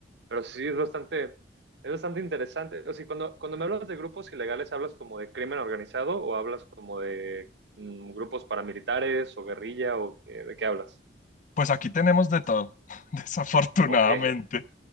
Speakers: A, on the right; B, on the left.
A: pero sí es bastante, es bastante interesante. O sea, cuando, cuando me hablas de grupos ilegales, ¿hablas como de crimen organizado o hablas como de mm, grupos paramilitares o guerrilla o eh, de qué hablas?
B: Pues aquí tenemos de todo, <laughs> desafortunadamente.
A: Ok.